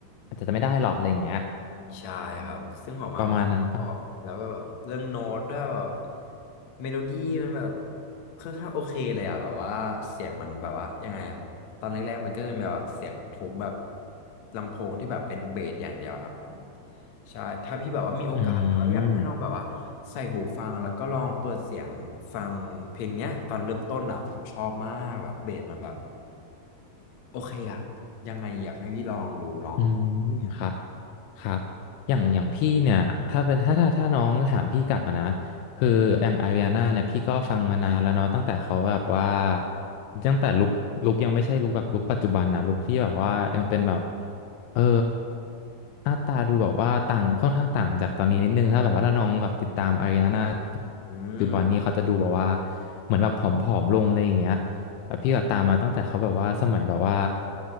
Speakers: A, on the left; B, on the left.
A: อาจจะไม่ได้หรอกอะไรอย่างเงี้ย
B: ใช่ครับซึ่งออกมาผมชอบแล้วก็แบบเรื่องโน้ตด้วยแบบ
A: ประมาณนั้นปะ
B: เมโลดี้มันแบบค่อนข้างโอเคเลยอ่ะแบบว่าเสียงมันแบบว่ายังไงอ่ะตอนแรกๆมันก็เป็นแบบว่าเสียงทุ้มแบบลำโพงที่แบบเป็นเบสอย่างเดียวครับผมใช่ถ้าพี่แบบว่ามีโอกาสก็อยากให้ลองแบบว่าใส่หูฟังแล้วก็ลองเปิดเสียงฟังเพลงเนี้ยตอนเริ่มต้นอ่ะผมชอบมากแบบเบสมันแบบ
A: อืม
B: โอเคอ่ะยังไงอยากให้พี่ลองดูลองฟังเนี่ย
A: อืม ครับ ครับอย่างอย่างพี่เนี่ย ถ้าเป็น ถ้าถ้าถ้าน้องถามพี่กลับมานะคืออย่างอาริอาน่าเนี่ยพี่ก็ฟังมานานแล้วเนาะตั้งแต่เขาแบบว่าตั้งแต่ลุคลุคยังไม่ใช่ลุคแบบลุคปัจจุบันนะลุคที่แบบว่ายังเป็นแบบเออหน้าตาดูแบบว่าต่างค่อนข้างต่างจากตอนนี้นิดนึงถ้าแบบว่าถ้าน้องแบบติดตามอาริอาน่า
B: อืม
A: ปัจจุบันนี้เขาจะดูแบบว่าเหมือนแบบผอมๆลงอะไรอย่างเงี้ย แบบพี่แบบตามมาตั้งแต่เขาแบบว่าสมัยแบบว่า